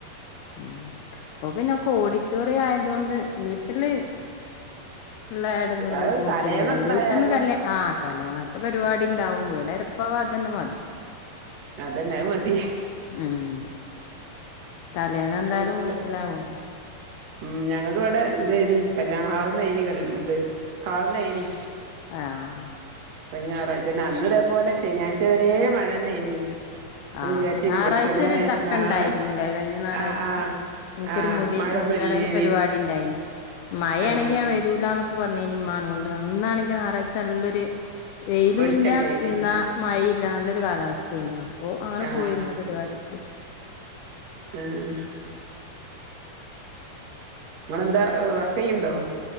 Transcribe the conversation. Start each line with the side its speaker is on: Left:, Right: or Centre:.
Left: ഉം ഇപ്പ പിന്നൊക്കെ ഓഡിറ്റോറിയം ആയതോണ്ട് വീട്ടില് ഇള്ളയെടങ്ങാറും
Right: അത്
Left: ബുദ്ധിമുട്ടൊന്നുല്ല
Right: തലേന്ന് എന്തായാലും
Left: വീട്ട്ന്ന് കല്യാ ആഹ് തലേന്നേത്തെ പരിപാടി ഇണ്ടാവും വീടെരപ്പാവാതെന്നെ മതി
Right: അതെന്നെ അത് മതി
Left: ഉം തലേന്നെന്തായാലും
Right: ഇപ്പം ഫുള്ള്
Left: വീട്ടിലാവുല്ലോ
Right: ഉം ഞങ്ങൾക്ക് ഇവിടെ ഇതേനി കല്യാണ ഹാളിന്നേനി ക ഇത് ഹാളിന്നേനി
Left: ആഹ്
Right: കഴിഞ്ഞ ഞായറാഴ്ച അന്ന്തേപോലെ ശനിയാഴ്ച വരെ മഴന്നേനി
Left: ആഹ്
Right: ഞാൻ വിചാരിച്ചീനി
Left: ഞായറാഴ്ച
Right: പടച്ചോനെ
Left: ഒരു തക്കണ്ടായിരുന്നിലെ
Right: നാളെ
Left: കഴിഞ്ഞ ഞായറാഴ്ച
Right: ആഹ് ആഹ്
Left: എനക്കൊരു
Right: ആഹ്
Left: മുടി
Right: മഴൊന്നും
Left: മുടികളയൽ
Right: ഇല്ലേനി
Left: പരിപാടി ഉണ്ടായിന് മഴയാണെങ്കിൽ
Right: ആഹ്
Left: ഞാൻ വരൂലന്നൊ പറഞ്ഞിനി ഇമ്മാനോട് അന്നാണെങ്കിൽ ഞായറാഴ്ച്ച നല്ലൊരു വെയിലും
Right: വെളിച്ചണ്ടേനി
Left: ഇല്ല എന്നാ മഴേയില്ല നല്ലൊരു കാലാവസ്ഥേനു അപ്പൊ അങ്ങനെ
Right: ആഹ്
Left: പോയിരുന്നു പരിപാടിക്ക്
Right: ഉം. ങ്ങളെന്താ വർക്കയ്യ്ണ്ടോ?